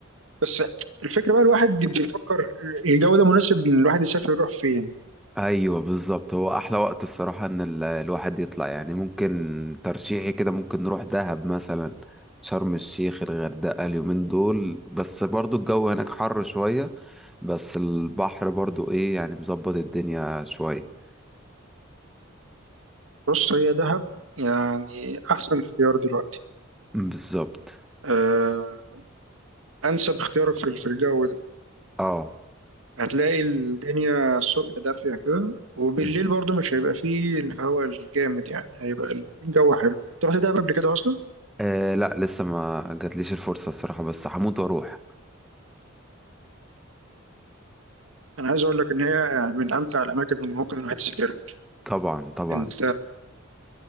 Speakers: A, on the right; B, in the centre.
A: بس الفكره بقى الواحد بيفكر الجو ده مناسب ان الواحد يسافر يروح فين
B: ايوه بالظبط هو احلى وقت الصراحه ان ال- الواحد يطلع يعني ممكن ترشيحي كده ممكن نروح دهب مثلا شرم الشيخ الغردقه اليومين دول بس برضو الجو هناك حر شويه بس البحر برضو ايه يعني مظبط الدنيا شويه
A: بص هي دهب يعني احسن اختيار دلوقتي
B: بالظبط
A: أه انسب اختيار في في الجو ده
B: اه
A: هتلاقي الدنيا الصبح دافيه كده وبالليل
B: مم.
A: برضو مش هيبقى فيه الهواء الجامد يعني هيبقى الجو حلو رحت دهب قبل كده اصلا
B: آه، لا لسه ما جاتليش الفرصة الصراحة بس هموت واروح
A: انا عايز اقول لك ان هي يعني من امتع الاماكن اللي ممكن الواحد يسافرها
B: طبعا طبعا
A: انت